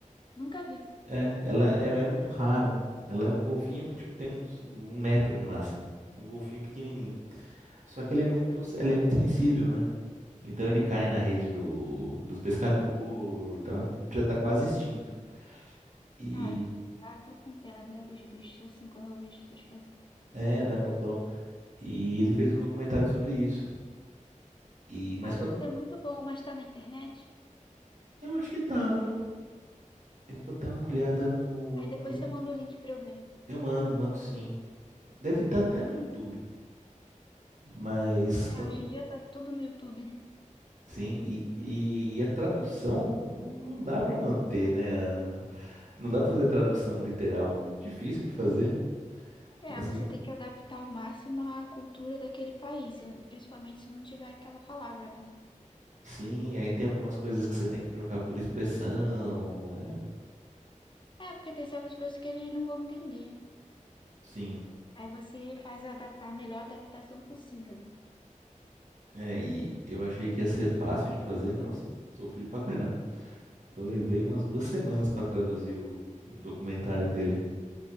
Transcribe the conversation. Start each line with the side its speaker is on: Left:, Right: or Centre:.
Left: Nunca vi.
Right: É, ela é, é muito raro. Ela é um golfinho que tipo, tem uns, um metro no máximo. Um golfinho pequenininho. Só que ele é muito, ela é muito sensível, né? Então ele cai na rede do, dos pescadores, tá? Já tá quase extinto. E
Left: Ah, eu- ah, eu com pena da- dos bichos, assim, quando eu vejo essas coisas.
Right: é, dá mó dó. E ele fez um documentário sobre isso. E mas
Left: Ah,
Right: quando
Left: deve ser muito bom, mas tá na internet.
Right: eu acho que tá, viu? Eu vou dar uma olhada no,
Left: Aí
Right: no-
Left: depois você manda o link pra eu ver.
Right: eu mando, mando sim. Deve estar até no YouTube. Mas quando
Left: É, hoje em dia tá tudo no YouTube.
Right: sim, e, e, e a tradução não, não dá para manter, né? a- não dá pra fazer tradução literal, é muito difícil de fazer.
Left: É,
Right: Às
Left: você
Right: ve-
Left: tem que adaptar ao máximo à cultura daquele país, se- principalmente se não tiver aquela palavra, né?
Right: sim, aí tem algumas coisas que você tem que trocar por expressão, é,
Left: É, porque tem certas coisas que eles não vão entender.
Right: sim.
Left: Aí você faz a, adap- a melhor adaptação possível.
Right: É, e eu achei que ia ser fácil de fazer, nossa, eu sofri pra caramba. Eu levei umas duas semanas para traduzir o, o documentário dele.